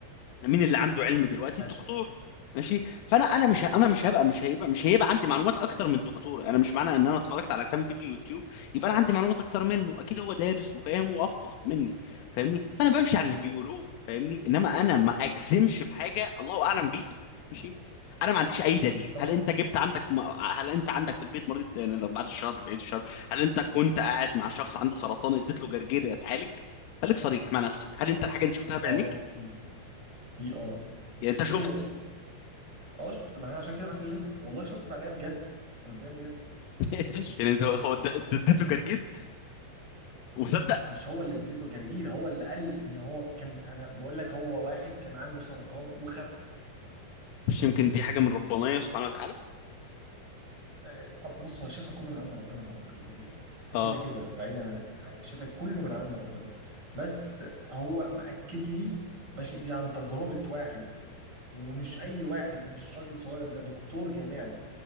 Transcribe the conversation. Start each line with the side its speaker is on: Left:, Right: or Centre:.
Left: مين اللي عنده علم دلوقتي
Right: ماشي
Left: الدكتور ماشي فانا انا
Right: ماشي
Left: مش ه- انا مش هبقى مش هيبقى مش هيبقى عندي معلومات اكتر من الدكتور انا مش معنى ان انا اتفرجت على كام فيديو يوتيوب يبقى انا عندي معلومات اكتر منه اكيد هو دارس وفاهم وافقه مني فاهمني فانا بمشي على
Right: ماشي
Left: اللي بيقولوه فاهمني انما انا ما اجزمش بحاجه الله اعلم بيها ماشي انا ما عنديش اي دليل
Right: طب
Left: هل انت جبت عندك م... هل انت عندك في البيت مريض يعني لو بعد الشر بعيد الشر هل انت كنت قاعد مع شخص عنده سرطان اديت له جرجير يتعالج خليك صريح مع نفسك هل انت الحاجه دي
Right: في
Left: شفتها بعينيك
Right: اه في في اه
Left: يعني انت
Right: في
Left: شفت
Right: والله اه شفت معناه عشان كده بكلمك والله شفت معناه بجد انا بكلم بجد
Left: <laughs> يعني ده هو ده- ده- اديته جرجير وصدق
Right: مش هو اللي اديته جرجير هو اللي قال لي ان هو كان انا بقول لك هو واحد كان عنده سرطان وخف
Left: مش يمكن دي حاجة من ربنا سبحانه وتعالى
Right: آه، طب بص هو الشفاء كله من عند ربنا طبعا كده كده يعني. ده
Left: اه
Right: كده كده بعيدا عن اي حاجه الشفاء كله من عند ربنا بس هو مأكد لي ماشي دي عن تجربه واحد ومش اي واحد مش راجل صغير ده دكتور جامعي